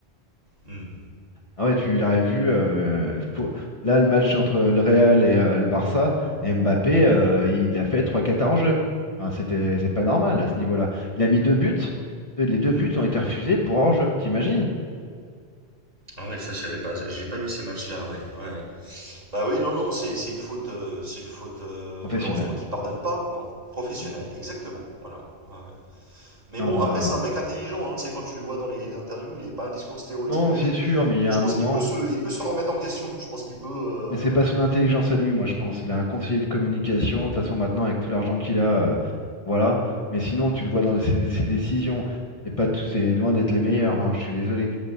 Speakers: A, on the right; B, on the left.
A: Mm.
B: Ah ouais, tu l'aurais vu. euh, faut- Là, le match entre le Real et euh, le Barça, Mbappé, euh,
A: Mhm.
B: il a fait trois 4 en jeu. Enfin, c'était, c'est pas normal à ce niveau-là. Il a mis deux buts. deux- Les deux
A: Mhm.
B: buts ont été refusés pour hors-jeu. T'imagines?
A: Ah ouais, ça, je savais pas. J'ai pas vu ces matchs-là, ouais. ouais. Bah oui, non, non, c'est c'est une faute, euh, c'est une faute euh,
B: Professionnel.
A: malheureusement qui pardonne pas, quoi. Professionnelle,
B: Ah, b-
A: exactement. Voilà. Ouais. Mais
B: Non,
A: bon,
B: non,
A: après,
B: là.
A: c'est un mec intelligent, hein, c'est quand tu le vois dans les interviews, il n'est pas un discours stéréotypé.
B: Non, c'est sûr, mais il
A: Donc
B: y a
A: je
B: un
A: pense
B: moment.
A: qu'il peut se, il peut se remettre en question. Je pense qu'il peut. euh,
B: Mais c'est pas son intelligence à lui, moi, je pense. Il a un conseiller de communication. De toute façon, maintenant, avec tout l'argent qu'il a, euh, voilà. Mais sinon, tu le vois dans ses, ses décisions. C'est pas tout, c'est loin d'être les meilleurs, hein, Je suis désolé.